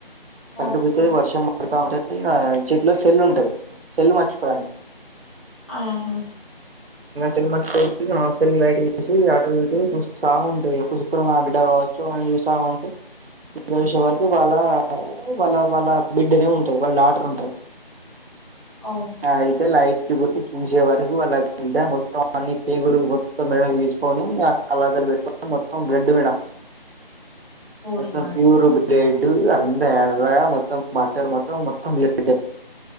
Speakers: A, on the right; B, on the right.
A: కరంటు
B: ఓకే
A: పోతది వర్షం పడతాంటది ఇంగ చేతిలో సెల్లు ఉంటది సెల్లు మర్చిపోదామే
B: ఆహా
A: సెల్ మర్చిపోదు ఇగ సెల్లు లైట్ చేసి అటు ఇటు చూస్తా ఉంటాది ఇగ పూసుకున్న నా బిడ్డ కావచ్చు అని చూస్తా ఉంటే చూసే వరకు వాళ్ళ ఆ వాళ్ళ వాళ్ళ బిడ్డనే ఉంటది వాళ్ళ డాటర్ ఉంటది
B: ఓ
A: ఆ అయితే లైట్ టు కొట్టి చూసే వరకు వాళ్ళ బిడ్డ మొత్తం అన్ని పేగులు మొత్తం మెడలో ఏసు ఎసుకొని ఆ కళ్ళ అద్దాలు పెట్టుకొని మొత్తం బ్లడ్ మేడ
B: ఊర్లోనా
A: మొత్తం ప్యూర్ బ్లడ్ డు అంత ఎర్ర గా మొత్తం బట్టలు మొత్తం మొత్తం బ్లడ్ డే